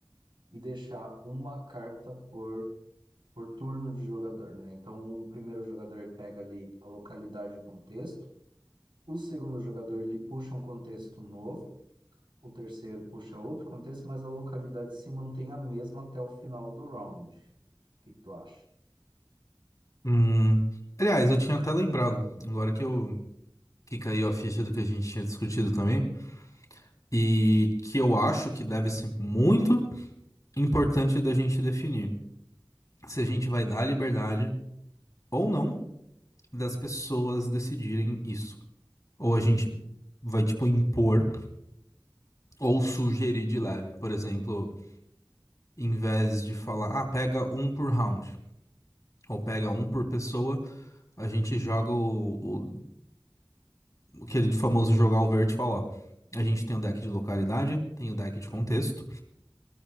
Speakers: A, on the right (about 85°); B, on the left (about 45°).
A: e deixar uma carta por, por turno de jogador, né? Então, o primeiro jogador ele pega ali a localidade e o contexto, o segundo jogador ele puxa um contexto novo. O terceiro puxa outro contexto, mas a localidade se mantém a mesma até o final do round. O que que tu acha?
B: Hum, aliás, eu tinha até lembrado, agora que eu que caiu a ficha do que a gente tinha discutido também. e que eu acho que deve ser muito importante da gente definir se a gente vai dar a liberdade ou não das pessoas decidirem isso. Ou a gente vai, tipo, impor ou sugerir de leve. Por exemplo, em vez de falar, ah, pega um por round. Ou pega um por pessoa, a gente joga o, o aquele famoso jogar o verde e falar, ó, a gente tem o deck de localidade, tem o deck de contexto,